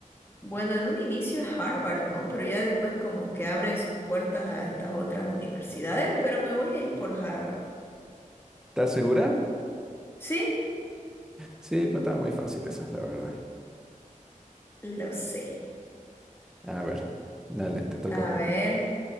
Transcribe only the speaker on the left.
bueno, en un inicio es Harvard, ¿no? Pero ya después como que abren sus puertas a estas otras universidades, pero me voy a ir por Harvard.
Sí,
lo sé.
A
ver,